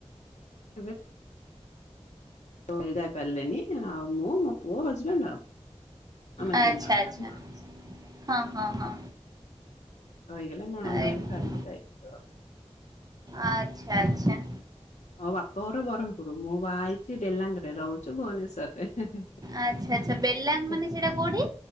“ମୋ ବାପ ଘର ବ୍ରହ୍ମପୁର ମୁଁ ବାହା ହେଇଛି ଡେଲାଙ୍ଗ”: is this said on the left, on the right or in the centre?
Left